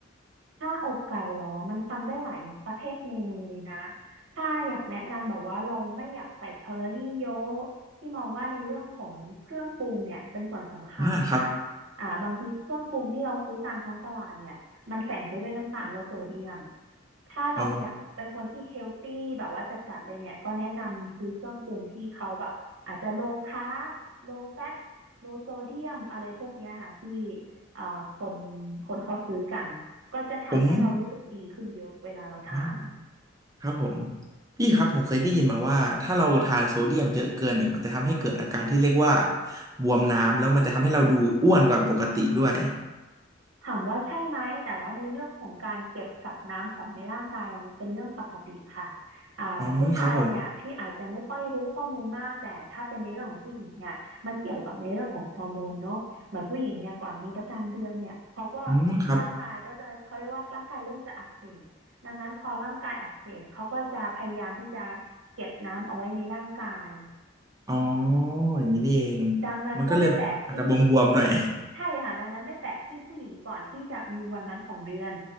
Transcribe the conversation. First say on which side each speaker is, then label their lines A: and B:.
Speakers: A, on the right; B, on the right.
A: ถ้าอกไก่เหรอ มันทำได้หลายประเภทเมนูเลยนะ ถ้าอยากแนะนำแบบว่าเราไม่อยากใส่แคลอรี่เยอะที่มองว่าในเรื่องของเครื่องปรุงเนี่ยเป็นส่วนสำคัญค่ะ
B: อ่าครับ
A: อ่าบางทีเครื่องปรุงที่เราซื้อตามท้องตลาดเนี่ยมันแฝงไปด้วยน้ำตาลและโซเดียม ถ้าเราอยากเป็นคนที่เฮลตี้แบบว่าจัดๆเลยเนี่ยก็แนะนำซื้อเครื่องปรุงที่เขาแบบอาจจะโลคาร์บโลแฟตโลโซเดียมอะไรพวกเนี้ยค่ะที่
B: อ๋อ
A: เอ่อคนคนเขาซื้อกัน ก็จะทำให้เรารู้สึกดีขึ้นเยอะเวลาเราทาน
B: ผมอ่าครับผมพี่ครับผมเคยได้ยินมาว่าถ้าเราทานโซเดียมเยอะเกินเนี่ยมันจะทำให้เกิดอาการที่เรียกว่าบวมน้ำแล้วมันจะทำให้เราดูอ้วนกว่าปกติด้วย
A: ถามว่าใช่ไหมแต่ว่าในเรื่องของการเก็บกักน้ำของในร่างกายอะมันเป็นเรื่องปกติค่ะอ่าผู้ชายเนี่ยที่อาจจะไม่ค่อยรู้ข้อมูลมากแต่ถ้าเป็นในเรื่องของผู้หญิงเนี่ยมันเกี่ยวกับในเรื่องของฮอร์โมนเนาะเหมือนผู้หญิงเนี่ยก่อนมีประจำเดือนเนี่ยเขาก็
B: อ๋อครับผมอืมครับ
A: ร่างกายก็จะเขาเรียกว่าร่างกายเริ่มจะอักเสบดังนั้นพอร่างกายอักเสบเขาก็จะพยายามที่จะเก็บน้ำเอาไว้ในร่างกาย
B: อ๋ออย่างนี้นี่เอง
A: ดังนั้นก็ไม่แปลกที่
B: มันก็เลยแบบอาจจะบวมๆหน่อย
A: ใช่ค่ะดังนั้นไม่แปลกที่ผู้หญิงก่อนที่จะมีวันนั้นของเดือน